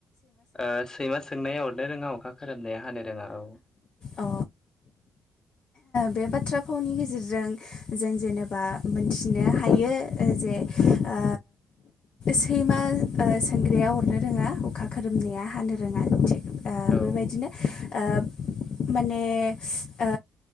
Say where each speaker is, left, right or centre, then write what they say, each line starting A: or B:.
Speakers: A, on the left (about 25°); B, on the left (about 50°).
A: ओ सैमा सोंनाया अरनो रोङा अखा खोमनाया हानो रोङा औ।
B: अ! बे बाथ्रा भावनि गेजेरजों जों जेनेबा मोनथिनो हायो जे। ओ। सैमा ओ सोंग्राया अरनो रोङा अखा खोरोमनाया हानो रोङा दि। ओ बेबायदिनो
A: औ
B: ओ माने ओ।